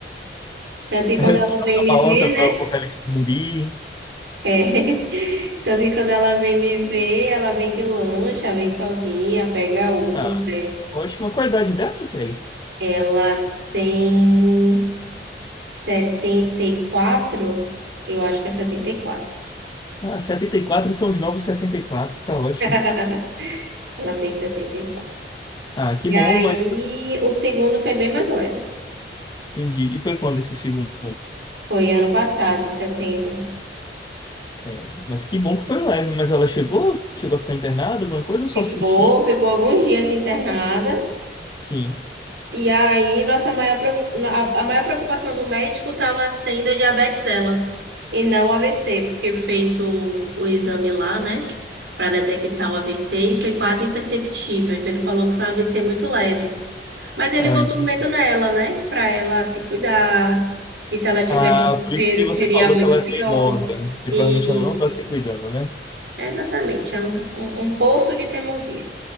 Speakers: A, on the right; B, on the left.
A: Tanto que quando
B: Toda <laughs>
A: ela vem me
B: uma
A: ver,
B: horta
A: né?
B: para o apocalipse zumbi.
A: É. <laughs> Tanto que quando ela vem me ver, ela vem de lancha, vem sozinha, pega Uber.
B: Ah, ótimo, ótima qualidade dela, Kelly.
A: Ela tem setenta e quatro Eu acho que é setenta e quatro
B: Ah, 74 são os novos 64, tá ótimo.
A: <laughs> Ela tem setenta e quatro
B: Ah, que
A: E
B: bom,
A: aí,
B: mas
A: o segundo foi bem mais leve.
B: entendi. E foi quando esse segundo?
A: Foi ano passado, em setembro.
B: É, mas que bom que foi leve. Mas ela chegou? Chegou a ficar internada? Alguma coisa? Eu só
A: Ficou,
B: senti.
A: ficou alguns dias internada.
B: Sim.
A: E aí, nossa maior, preo- a a maior preocupação do médico estava sendo a diabetes dela e não o AVC, porque fez o, o exame lá, né, para detectar o AVC e foi quase imperceptível. Então, ele falou que foi um AVC muito leve. Mas ele
B: Ah,
A: botou
B: entendi.
A: medo nela, né, para ela se cuidar, que se ela tivesse
B: Ah,
A: terceiro
B: por isso que você
A: seria
B: falou
A: muito
B: que ela
A: pior.
B: é teimosa. Que
A: E
B: provavelmente ela não tá se cuidando, né?
A: exatamente, é um, um, um poço de teimosia.